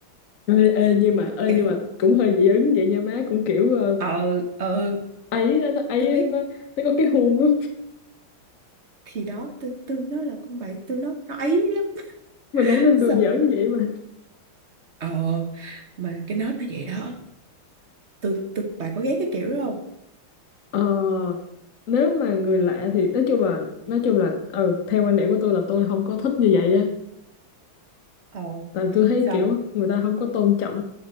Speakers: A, on the left; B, on the right.
A: ê, ê, nhưng mà ê,
B: Kiểu
A: nhưng mà cũng hơi dị ứng vậy nha má cũng kiểu ờ,
B: ờ ờ
A: ấy á, nó ấy
B: tôi biết
A: á, nó nó có cái huông á
B: thì đó tôi tôi nó là con bạn tôi nó nó ấy lắm.
A: mình không nên
B: Xong
A: đùa giỡn như vậy mà
B: ờ mà cái nết nó vậy đó. Tôi tôi bạn có ghét cái kiểu đó không?
A: ờ, nếu mà người lạ thì nói chung là nói chung là ừ, theo quan điểm của tôi là tôi không có thích như vậy á
B: Ờ
A: tại tôi thấy
B: xong
A: kiểu người ta không có tôn trọng